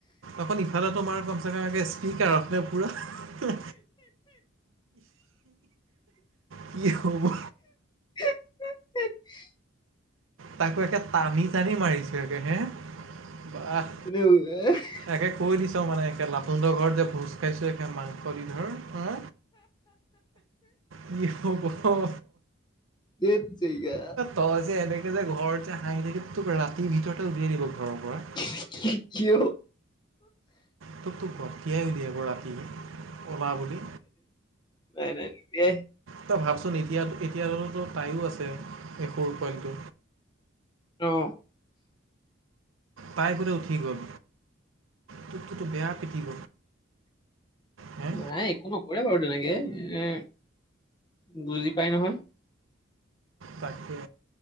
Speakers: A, on the right; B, on the left.
A: অকণ ইফালে তোমাৰ কম <unintelligible> ককে স্পিকাৰখে পুৰা কি হ'ব।
B: <inaudible>
A: তাকো একে টানি টানি মাৰিছে একে হে, বোৱাঃ
B: ধেৎ
A: একে কৈ দিছো মানে একে লাতুন্দৰ ঘৰত যে ভোজ খাইছো একে মা খ ধৰ হা কি হ'ব
B: ধেৎ তেৰিকা।
A: তই যে এনেকে যে ঘৰত যে হাঁহি থাকি তোক ৰাতিৰ ভিতৰতে উলিয়াই দিব ঘৰৰ পৰা।
B: কি কি কিয়?
A: তোক তোক গটিয়াই উলিয়াব ৰাতি ওলা বুলি।
B: নাই নাই নোলিয়াই।
A: তই ভাবচোন এতিয়া এতিয়তো তাইয়ো আছে এই সৰু পোৱালটো।
B: অঁ।
A: তাই বোলে উঠি গ'ল, তুকটোতো বেয়া পিটিব। হে
B: নাই একো নকৰে বাৰু তেনেকে। এ বুজি পায় নহয়।
A: তাকে,